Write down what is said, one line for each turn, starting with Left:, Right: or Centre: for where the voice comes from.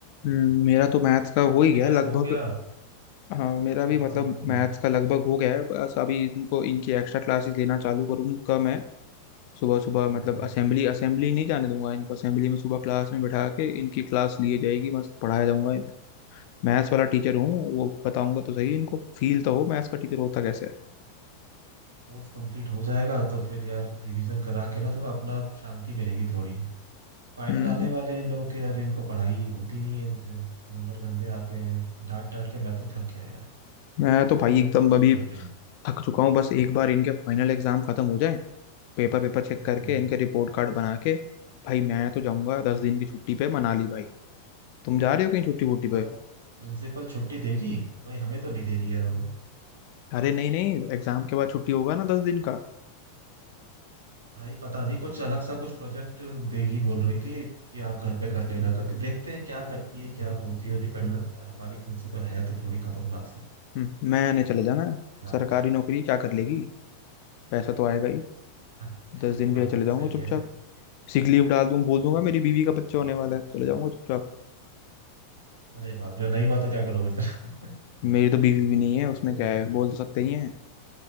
Left: हम्म, मेरा तो मैथ्स का हो
Right: सिलेबस
Left: ही गया लगभग
Right: हो गया
Left: हाँ मेरा
Right: हाँ
Left: भी मतलब
Right: वही
Left: मैथ्स का लगभग हो गया है बस अभी इनको इनकी एक्स्ट्रा क्लासेस लेना चालू करूंगा मैं सुबह सुबह
Right: हम्म
Left: मतलब असेंबली असेंबली नहीं जाने दूंगा इनको असेंबली में सुबह क्लास में बैठा के इनकी क्लास लिए जाएगी मस्त पढ़ाया जाऊंगा मैथ्स वाला टीचर हूँ वो बताऊंगा तो सही इनको फील तो हो मैथ्स का टीचर होता कैसे है
Right: कोर्स कंप्लीट हो जाएगा तो फिर यार रिवीजन करा के ना थोड़ा अपना शांति मिलेगी थोड़ी फाइनल
Left: हम्म
Right: आने वाले हैं लोग के यार इनको पढ़ाई होती नहीं है इनसे नंबर गंदे आते हैं डांट डांट के मैं तो थक गया यार
Left: मैं तो भाई एकदम
Right: रोज कितना
Left: अभी
Right: डांटे
Left: थक चुका हूँ बस एक बार इनके फाइनल एग्जाम खत्म हो जाए पेपर पेपर चेक
Right: हम्म
Left: करके इनके रिपोर्ट कार्ड बना के भाई मैं तो जाऊंगा दस दिन की छुट्टी पे मनाली भाई तुम जा रहे हो कहीं छुट्टी वुट्टी
Right: हमारा
Left: पे
Right: प्रिंसिपल छुट्टी देगी भाई हमें तो नहीं दे रही यार वो
Left: अरे नहीं नहीं एग्जाम के बाद छुट्टी होगा ना दस दिन का
Right: भाई पता नहीं कुछ अलग सा कुछ प्रोजेक्ट देगी बोल रही थी कि आप घर पे कर लेना करके देखते हैं क्या करती है क्या बोलती है डिपेंड करता है हमारी प्रिंसिपल है तो थोड़ी खतरनाक सी
Left: हम्म, मैंने चले जाना
Right: देखना
Left: है
Right: पड़ेगा।
Left: सरकारी नौकरी क्या कर लेगी पैसा तो आएगा ही
Right: <laughs>
Left: दस दिन
Right: बात
Left: के लिए चले
Right: तो
Left: जाऊंगा
Right: सही
Left: चुपचाप
Right: है
Left: सिक लीव डाल दूं बोल दूंगा मेरी बीवी का बच्चा होने वाला है चले जाऊंगा चुपचाप
Right: अरे बाप रे नहीं हुआ तो क्या करोगे फिर <laughs>
Left: मेरी तो बीवी भी नहीं है
Right: अरे,
Left: उसमें क्या है बोल तो सकते ही हैं